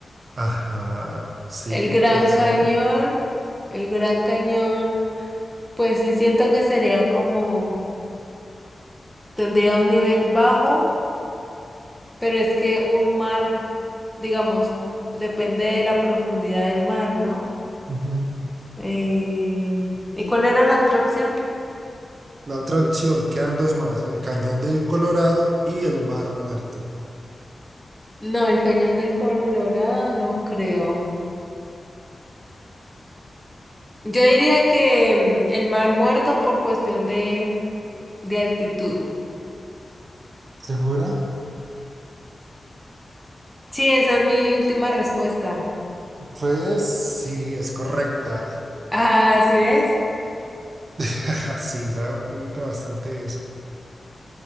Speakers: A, on the right; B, in the centre.
A: Ajá, sí,
B: El Gran
A: puede ser.
B: Cañón, el Gran Cañón, pues sí siento que sería como, tendría un nivel bajo, pero es que un mar, digamos, depende de la profundidad del mar, ¿no?
A: Ujú.
B: Eh, ¿y cuál era la otra opción?
A: La otra opción, quedan dos más, el Cañón del Colorado y el Mar Muerto.
B: No, el Cañón del Colorado, no creo. Yo diría que mm, el Mar Muerto por cuestión de, de altitud.
A: ¿Segura?
B: Sí, esa es mi última respuesta.
A: Pues sí, es correcta.
B: Ah, ¿sí ves?
A: <laughs> Sí, sabe un poquito bastante de eso.